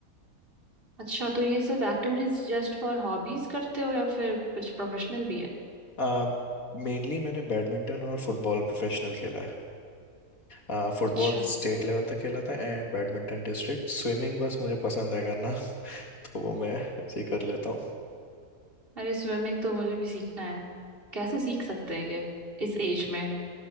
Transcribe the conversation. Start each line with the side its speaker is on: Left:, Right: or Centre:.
Right: अच्छा तो ये सब एक्टिविटीज जस्ट फॉर हॉबीज करते हो या फिर कुछ प्रोफेशनल भी है
Left: आ, मेनली मैंने बैडमिंटन और फुटबॉल प्रोफेशनल खेला है आ, फुटबॉल
Right: अच्छा
Left: स्टेट लेवल तक खेला था एंड बैडमिंटन डिस्ट्रिक्ट स्विमिंग बस मुझे पसंद है करना <laughs> तो वो मैं ऐसे ही कर लेता हूँ
Right: अरे स्विमिंग तो मुझे भी सीखना है कैसे सीख सकते हैं ये इस एज में